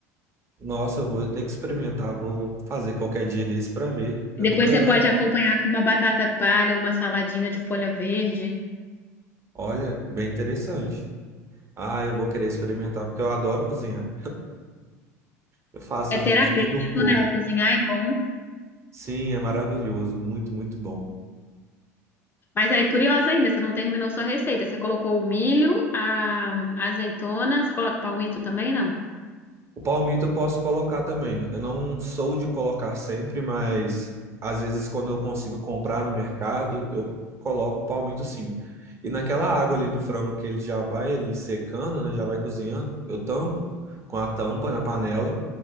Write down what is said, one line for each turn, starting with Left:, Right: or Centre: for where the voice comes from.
Right: Nossa, eu vou ter que experimentar, vou fazer qualquer dia desse para ver. Eu
Left: Depois
Right: nunca,
Left: você pode acompanhar com uma batata palha ou uma saladinha de folha verde.
Right: olha, bem interessante. Ah, eu vou querer experimentar, porque eu adoro cozinhar. Eu faço
Left: É terapêutico,
Right: de tudo um pouco.
Left: né? Cozinhar é bom.
Right: Sim, é maravilhoso, muito, muito bom.
Left: Mas aí, curiosa ainda, você não terminou sua receita. Você colocou o milho, a a azeitona, você coloca palmito também, não?
Right: O palmito eu posso colocar também. Eu não sou de colocar sempre, mas às vezes quando eu consigo comprar no mercado, eu coloco o palmito sim. E naquela água ali do frango que ele já vai ele secando, né, já vai cozinhando, eu tampo com a tampa na panela